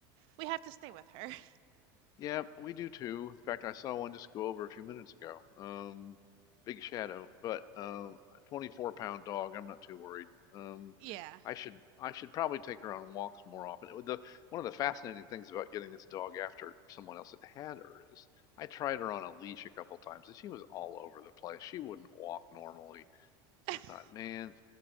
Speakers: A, on the right; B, on the left.
A: we have to stay with her. <laughs>
B: Yeah, we do too. In fact, I saw one just go over a few minutes ago. Um, big shadow, but um, a 24 pound dog. I'm not too worried. Um,
A: Yeah,
B: I should I should probably take her on walks more often. It would- The one of the fascinating things about getting this dog after someone else that had her is I tried her on a leash a couple times and she was all over the place. She wouldn't walk normally
A: <laughs>
B: I thought, man.